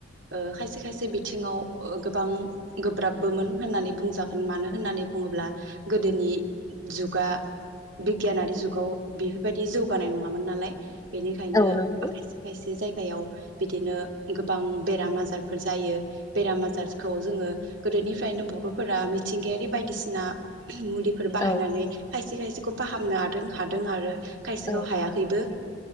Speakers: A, on the right; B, on the left.
A: ओ खायसे खायसे बिथिङाव ओ गोबां गोब्राबबोमोन होननानै बुंजागोन मानो होननानै बुङोब्ला गोदोनि जुगा बिगियानारि जुगाव बेफोरबायदि जौगानाय नङामोन नालाय। बेनिखायनो
B: औ नंगौ
A: <unintelligible> जे जायगायाव बिदिनो गोबां बेराम आजारफोर जायो बेराम आजारखौ जोङो गोदोनिफ्रायनो बर'फोरा मिथिंगायारि बायदिसिना मुलिफोर बाहायनानै
B: औ
A: खायसे खायसेखौ फाहामनो हादों हादों आरो खायसेखौ
B: औ
A: हायाखैबो।